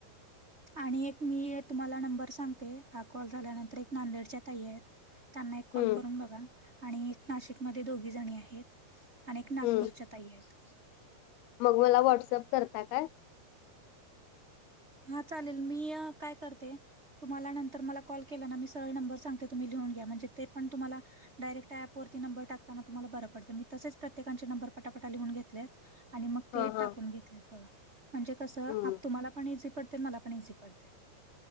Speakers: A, on the right; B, on the left.
A: आणि एक मी तुम्हाला नंबर सांगते हा कॉल झाल्यानंतर एक नांदेडच्या ताई आहेत त्यांना एक कॉल
B: हम्म
A: करून बघा आणि एक नाशिक मध्ये दोघी जणी आहेत आणि एक नागपूरच्या
B: हम्म
A: ताई आहेत.
B: मग मला व्हॉट्सअप करता का.
A: हा चालेल मी अ काय करते. तुम्हाला नंतर मला कॉल केला ना मी सगळे नंबर सांगते तुम्ही लिहून घ्या म्हणजे ते पण तुम्हाला डायरेक्ट ऑप वरती नंबर टाकताना तुम्हाला बरं पडतें मी तसेच प्रत्येकाचे नंबर पटापटा लिहून घेतले. आणि मग ते
B: हा
A: टाकून
B: हा
A: घेतलेत बघा म्हणजे कसं
B: हम्म
A: आप तुम्हाला <unintelligible> पडतेय मला पण इझी पडतय.